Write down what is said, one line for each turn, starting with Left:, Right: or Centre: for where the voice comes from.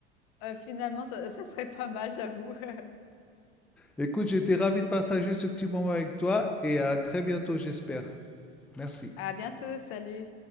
Left: Euh, finalement ça ça serait pas mal, j'avoue. <laughs>
Centre: Écoute, j'étais ravi de partager ce petit moment avec toi et à très bientôt, j'espère. Merci.
Left: À bientôt, salut.